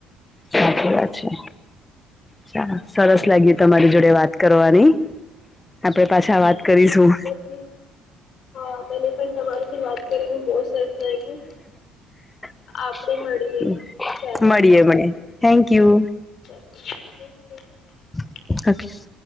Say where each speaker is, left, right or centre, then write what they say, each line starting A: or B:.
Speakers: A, on the left; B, on the left.
A: સાચી વાત છે ચ સરસ લાગ્યું તમારી જોડે વાત કરવાની આપડે પાછા વાત કરીશું.
B: કે હા, મને પણ તમારીથી વાત કરીને બહુ સરસ લાગ્યું.
A: <inaudible>
B: આપણે મળીએ ક્યારેક.
A: મળીએે મળીયે થેન્કયુ
B: <inaudible>
A: <unintelligible>